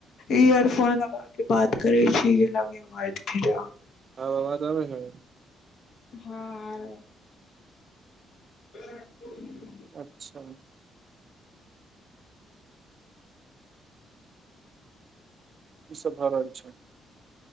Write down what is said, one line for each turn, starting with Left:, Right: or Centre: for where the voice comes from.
Left: इयरफोन लगा कऽ बात करै छी ई लगे वट फिरा
Right: आब आवाज आै छै
Left: हँ आर <unintelligible>
Right: अच्छा ईसभ भऽ रहल छै